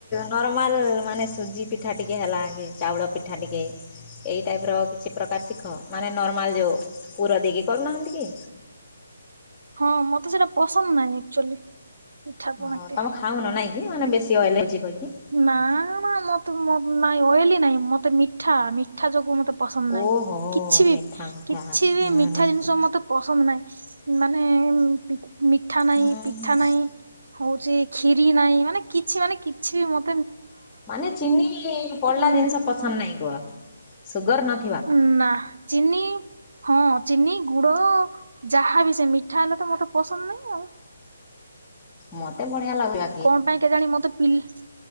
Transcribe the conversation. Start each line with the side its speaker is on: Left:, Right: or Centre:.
Left: ନରମ୍ ମାଲ୍ ମାନେ ସୁଜି ପିଠା ଟିକେ ହେଲା କି ଚାଉଳ ପିଠା ଟିକେ ଏଇ ଟାଇପ ର ଛି ପ୍ରକାର ଶିଖ ମାନେ ନର୍ମାଲ୍ ଯୋଉ ପୁର ଦେଇକି କରୁନାହାନ୍ତି କି।
Right: ହଁ ମତେ ସେଇଟା ପସନ୍ଦ୍ ନାହିଁ ଆକ୍ଚୁଆଲି। ପିଠା ପଣା
Left: ହଁ
Right: ଟେ
Left: ତମେ ଖାଉନ ନାଇଁ କି ମାନେ ବେଶୀ ଏଲର୍ଜି କହିକି?
Right: ନାଁ ନାଁ ମତେ ମ ନାଇଁ ଅଏଲି ନାଇଁ ମତେ ମିଠା ମି ଠା ଯୋଗୁ ମତେ ପସନ୍ଦ୍ ନାହିଁ
Left: ଓହୋ
Right: କିଛି ବି
Left: ମିଠା ମିଠା
Right: କିଛି
Left: ହୁଁ।
Right: ବି ମିଠା ଜିନିଷ ମତେ ପସନ୍ଦ୍ ନାହିଁ ମାନେ ପି ମିଠା ନାଇଁ
Left: ହୁଁ
Right: ପିଠା
Left: ହୁଁ।
Right: ନାହିଁ। ହୋଉଚି କ୍ଷୀରି ନାହିଁ ମାନେ କିଛି ମାନେ କିଛି ବି ମ
Left: ମାନେ ଚିନି ପଡିଲା
Right: ଉଁ
Left: ଜିନ୍ଷ ପସନ୍ଦ୍ ନାହିଁ କୁହ ସୁଗର୍ ନ
Right: ଉ ନା ଚିନି ହଁ ଚିନି ଗୁଡ ଯାହାବି ସେ ମିଠା ହେଲେ ତ ମତେ ପସନ୍ଦ୍ ନାଇଁ ଆଉ।
Left: ମତେ ବଢିଆ ଲାଗିବା
Right: କଣ ପାଇଁ କେଜାଣି ମତେ ପିଲା